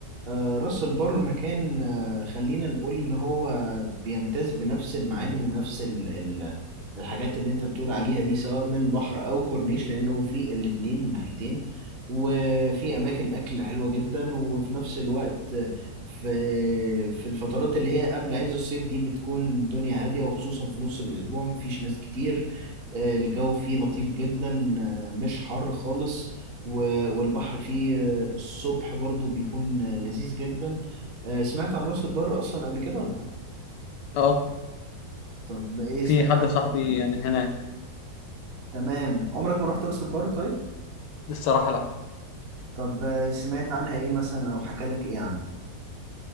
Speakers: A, on the right (about 50°); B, on the left (about 80°).
A: آه، راس البر مكان آه، خلينا نقول ان هو بيمتاز بنفس المعالم ونفس ال ال الحاجات اللي انت بتقول عليها دي سواء من بحر او كورنيش لانه في الاتنين من ناحيتين وفي اماكن اكل حلوة جدا وفي نفس الوقت آه، في في الفترات اللي هي قبل عز الصيف دي بتكون الدنيا هادية وخصوصا في نص الاسبوع مفيش ناس كتير آه، الجو فيه لطيف جدا آه، مش حر خالص و- والبحر فيه الصبح برضو بيكون لذيذ جدا آه، سمعت عن راس البر اصلا قبل كده ولا لا
B: اه
A: طب ايه
B: في
A: سمعت
B: حد
A: عنها
B: صاحبي
A: ايه طيب
B: من هناك
A: تمام عمرك ما رحت راس البر طيب
B: الصراحه لا
A: طب آه، سمعت عنها ايه مثلا او حكى لك ايه عنها